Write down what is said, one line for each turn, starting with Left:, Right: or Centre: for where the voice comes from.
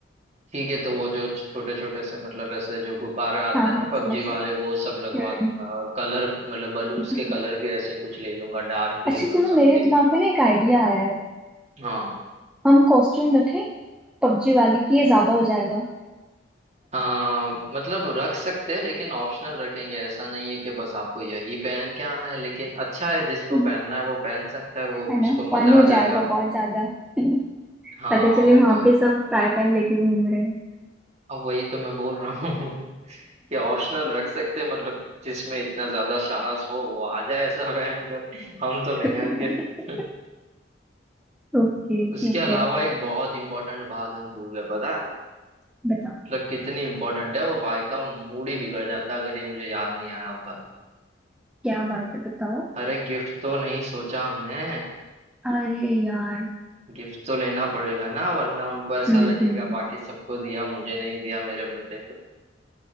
Right: ठीक है तो वो जो छोटे छोटे से मतलब ऐसे जो गुब्बारा आते
Centre: हाँ
Right: हैं
Centre: हाँ
Right: ना पबजी
Centre: समझ
Right: वाले वो सब
Centre: रहे
Right: लगवा
Centre: हम्म,
Right: दूंगा और कलर मतलब बलून्स
Centre: हम्म, हम्म।
Right: के कलर भी ऐसे ही कुछ ले लूंगा डार्क ग्रीन
Centre: अच्छा सुनो
Right: और समथिंग
Centre: मेरे दिमाग में ना एक आइडिया आया है
Right: हाँ
Centre: हम कॉस्ट्यूम रखें पबजी वाली की ये ज्यादा हो जाएगा
Right: आ, मतलब रख सकते हैं लेकिन ऑप्शनल रखेंगे ऐसा नहीं है कि बस आपको यही पहन के आना है लेकिन अच्छा है जिसको
Centre: हम्म,
Right: पहनना है वो पहन सकता है वो
Centre: है
Right: उसको
Centre: ना फन
Right: मजा
Centre: हो
Right: आ
Centre: जाएगा
Right: जाएगा
Centre: बहुत ज्यादा <laughs>
Right: हाँ
Centre: पता चले
Right: और
Centre: वहां
Right: तो
Centre: पे सब फ्राई पैन लेके घूम रहे हैं
Right: अब वही तो मैं बोल रहा हूँ <laughs> कि ऑप्शनल रख सकते हैं मतलब जिसमें इतना ज्यादा साहस हो वो आ जाए ऐसा पहन कर हम तो नहीं
Centre: <laughs>
Right: आएंगे <laughs>
Centre: ओके
Right: उसके
Centre: ठीक
Right: अलावा
Centre: है
Right: एक बहुत इंपॉर्टेंट बात हम भूल गए पता है
Centre: बताओ
Right: मतलब कितनी इंपॉर्टेंट है वो भाई का मूड ही बिगड़ जाता अगर ये मुझे याद नहीं आया होता तो
Centre: क्या बात है बताओ
Right: अरे गिफ्ट तो नहीं सोचा हमने
Centre: अरे यार
Right: गिफ्ट तो लेना पड़ेगा ना वरना उनको ऐसा
Centre: हम्म
Right: लगेगा
Centre: हम्म
Right: बाकी सबको दिया मुझे नहीं दिया मेरे बर्थडे पे